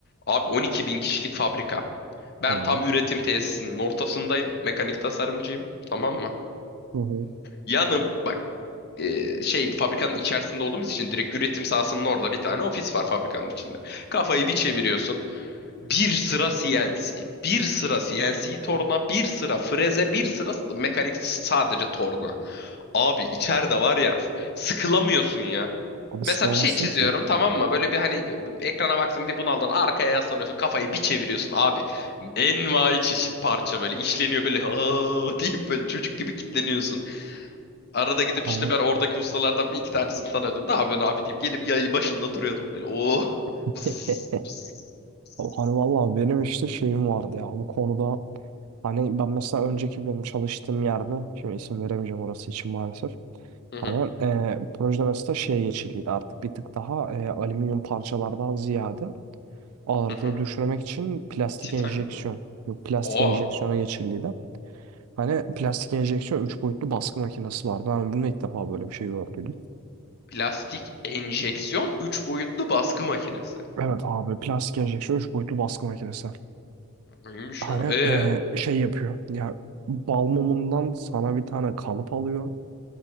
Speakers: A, on the left; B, on the right.
A: Abi 12 bin kişilik fabrika. Ben
B: evet.
A: tam üretim tesisinin ortasındayım. Mekanik tasarımcıyım. Tamam mı?
B: Hı hı.
A: Yanım bak e, şey fabrikanın içerisinde olduğumuz için direkt üretim sahasının orada bir tane ofis var fabrikanın içinde. Kafayı bir çeviriyorsun. Bir sıra CNC, bir sıra CNC torna, bir sıra freze, bir sıra mekanik sadece torna. Abi içeride var ya sıkılamıyorsun ya.
B: Abi
A: Mesela
B: sıkamazsın
A: bir şey çiziyorum
B: ki.
A: tamam mı? Böyle bir hani ekrana baksın bir bunaldın arkaya yaslanıyorsun kafayı bir çeviriyorsun abi. Envai çeşit parça böyle işleniyor böyle ha deyip böyle çocuk gibi kitleniyorsun. Arada gidip
B: Hani
A: işte ben oradaki ustalardan bir iki tanesini tanıyordum. Ne yapıyorsun abi deyip gelip yayı başında duruyordum böyle. Oh.
B: <laughs>
A: Vız, vız, vız.
B: Hani vallahi benim işte şeyim vardı ya bu konuda hani ben mesela önceki benim çalıştığım yerde şimdi isim veremeyeceğim orası için maalesef.
A: Hı
B: Hani
A: hı
B: e, projede mesela şeye geçildiydi artık bir tık daha e, alüminyum parçalardan ziyade ağırlığı
A: hı. hı.
B: düşürmek için plastik
A: Tea
B: enjeksiyon
A: time mı?
B: yok plastik
A: Oo.
B: enjeksiyona geçildiydi. Hani plastik enjeksiyon 3 boyutlu baskı makinesi vardı. Ben bunu ilk defa böyle bir şey gördüm.
A: Plastik enjeksiyon 3 boyutlu baskı makinesi.
B: Evet abi plastik enjeksiyon 3 boyutlu baskı makinesi.
A: Neymiş
B: Hani
A: ya? Ee?
B: e, şey yapıyor. Ya bal mumundan sana bir tane kalıp alıyor.